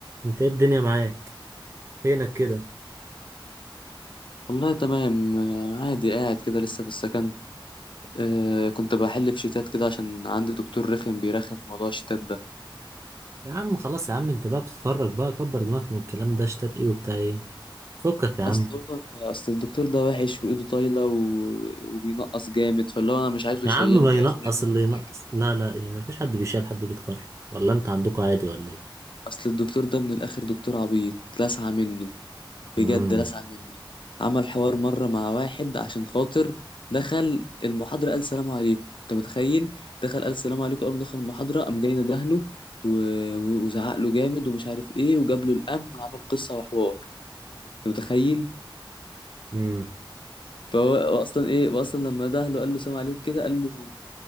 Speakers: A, on the right; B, on the left.
A: انت ايه الدنيا معاك فينك كده
B: والله تمام آه، عادي قاعد كده لسه في السكن آه كنت بحل في شيتات كده عشان عندي دكتور رخم بيرخم في موضوع الشيتات ده
A: يا عم خلاص يا عم انت بقى بتتخرج بقى كبر دماغك من الكلام ده اشتات ايه وبتاع ايه فكك يا عم
B: اصل هو اصل الدكتور ده وحش وايده طايله و... وبينقص جامد فاللي هو انا مش عايزه
A: يا
B: يشيلني
A: عم ما
B: لا
A: ينقص
B: يشيلني
A: اللي
B: ولا
A: ينقص
B: حاجه
A: لا لا ايه، ما فيش حد بيشيل حد بيتخرج ولا انت عندكوا عادي ولا ايه
B: اصل الدكتور ده من الاخر دكتور عبيط لسعة منه بجد
A: امم
B: لسع منه عمل حوار مرة مع واحد عشان خاطر دخل المحاضرة قال سلام عليكم انت متخيل دخل قال سلام عليكم قبل ما دخل المحاضرة قام جاي ندهله و... و- وزعق له جامد ومش عارف ايه وجاب له الأمن وعمل قصة وحوار انت متخيل
A: امم
B: فهو هو اصلا ايه هو اصلا لما دهله قال له سلام عليكم كده قال له